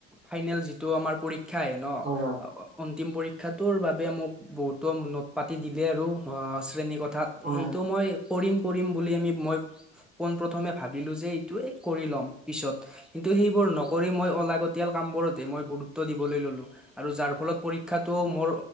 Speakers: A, in the centre; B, on the right.
A: ফাইনেল যিটো আমাৰ পৰীক্ষা আহে ন
B: হয়
A: তিম পৰীক্ষাটোৰ বাবে মোক বহুতো নোট পাতি দিলে আৰু শ্ৰেণীক ক্ষাত
B: হয়
A: সেইটো
B: হয় হয়
A: মই কৰিম কৰিম বুলি, আমি মই পোন প্ৰ্থমে ভাবিলোঁ যে এইটোোৱে কৰি ল'ম পিছত, কিন্ত সেইবোৰ নকৰি মই অলাগত তিয়াল কামবোৰতে মই গুৰুত্ব দিবলৈ ললো, আৰু যাৰ ফলত পৰীক্ষাটো মোৰ